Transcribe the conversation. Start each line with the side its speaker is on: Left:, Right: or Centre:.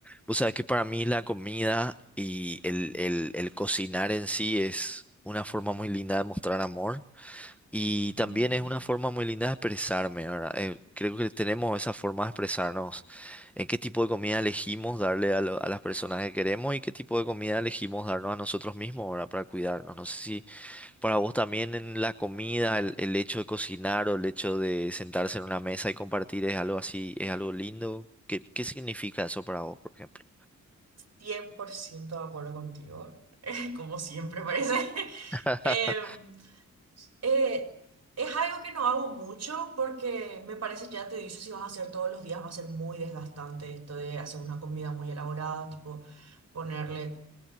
Centre: O sea que para mí la comida y el, el, el cocinar en sí es una forma muy linda de mostrar amor y también
Right: Ujú,
Centre: es una forma muy linda de expresarme, ¿verdad? Eh, creo que tenemos esa forma de expresarnos en qué tipo de comida elegimos darle a, lo- a las personas que queremos y qué tipo de comida elegimos darnos a nosotros mismos, ¿verdad? Para cuidarnos. No sé si para vos también en la comida, el, el hecho de cocinar o el hecho de sentarse en una mesa y compartir es algo así, es algo lindo. ¿Qué, qué significa eso para vos, por ejemplo?
Right: cien por ciento de acuerdo contigo, <laughs> como siempre parece. <laughs>
Centre: <laughs>
Right: Em, eh, es algo que no hago mucho porque me parece, ya te dicho, si vas a hacer todos los días va a ser muy desgastante esto de hacer una comida muy elaborada, tipo ponerle